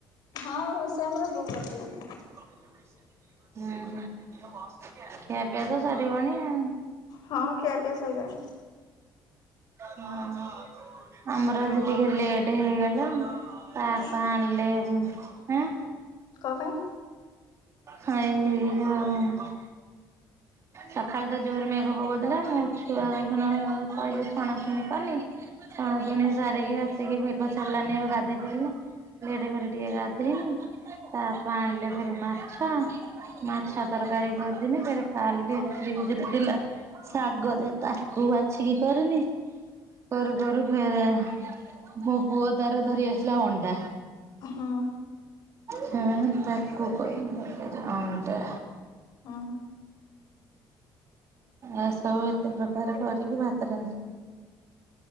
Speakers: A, on the left; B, on the right.
A: ହଁ ରୋଷେଇ ଆମର ବୋଉ କରିଦେଇଥିଲା।
B: ଉଁ ହୁଁ ଖିଆ ପିଆ ତ ସରିବଣି ଆଉ
A: ହଁ ଖିଆପିଆ ସଇଲାଣି।
B: ହୁଁ। <unintelligible> ଆମର ଆଜି ଟିକେ ଲେଟ୍ ହେଇଗଲା ତା
A: କି
B: ଆପା ଆଣିଲେ ଆଁ
A: କ ପାଇଁ
B: ଖାଇନି ଯୋଉ ସଖାଳେ ତ ଜୋରେ ମେଘ ପକଉଥିଲା ମୋ ଛୁଆ ଦେଖୁନ କହିଲେ ଛଣାଛୁଣି କଲି ଛଣାଛୁଣୀ ସାରିକି ଆସିକି ମେଘ ଛାଡ଼ିଲାନି ଆଉ ଗାଧେଇ ପାଇଲିନି ଲେଟ୍ କରି ଟିକେ ଗାଧେଇଲି ତା ଆପା ଆଣିଲେ ଫେର ମା ମାଛ ମାଛ ତରକାରୀ କରିଥିଲି ଫେର କାଲି ଫ୍ରିଜ ରେ ଥିଲା ଶାଗ ଯେ ତାକୁ ବାଛି କିି କରିନି। କରୁ କରୁ ଫେର ମୋ ପୁଅ ତାର ଧରି ଆସିଲା ଅଣ୍ଡା।
A: ହଁ।
B: ଫେରେ ତାକୁ କଲି ଅଣ୍ଡା।
A: ହୁଁ
B: ଆ ସବୁ ଏତେ ପ୍ରକାର କରିକି ଭାତ ରାନ୍ଧି